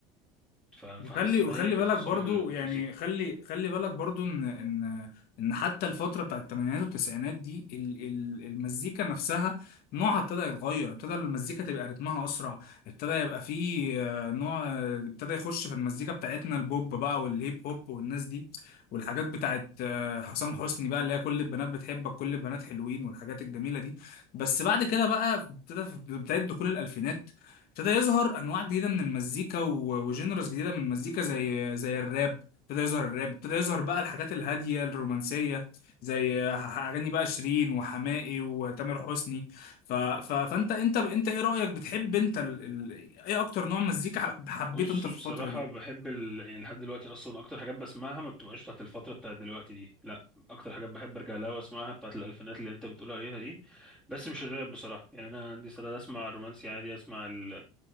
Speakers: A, in the centre; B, on the left.
A: ف- فحاسس
B: وخلي
A: ان
B: وخلي
A: هي كانت
B: بالك
A: في صالح
B: برضو
A: المزيكا
B: يعني خلي خلي بالك برضو ان ان ان حتى الفتره بتاعت الثمانينات والتسعينات دي ال- ال- المزيكا نفسها نوعها ابتدى يتغير ابتدى المزيكا تبقى رتمها اسرع ابتدى يبقى فيه آه، نوع آه، ابتدى يخش في المزيكا بتاعتنا البوب بقى والهيب هوب والناس دي والحاجات بتاعت آه، حسام حسني بقى اللي هي كل البنات بتحبك كل البنات حلوين والحاجات الجميله دي بس بعد كده بقى ابتدى في بدايه دخول الالفينات ابتدى يظهر انواع جديده من المزيكا و- وجينرز جديده من المزيكا زي زي الراب ابتدى يظهر الراب ابتدى يظهر بقى الحاجات الهاديه الرومانسيه زي اغاني بقى شيرين وحماقي وتامر حسني ف... ف... فانت انت انت ايه رايك بتحب انت ال... ال... ايه اكتر نوع مزيكا حب- حبيته
A: بص
B: انت
A: بصراحة
B: في الفتره دي
A: بحب ال... يعني لحد دلوقتي أصلا أكتر حاجات بسمعها ما بتبقاش بتاعت الفترة بتاعت دلوقتي دي لأ أكتر حاجات بحب أرجع لها وأسمعها بتاعت الألفينات اللي أنت بتقول عليها دي بس مش الراب بصراحة يعني أنا عندي استعداد أسمع رومانسي عادي أسمع ال...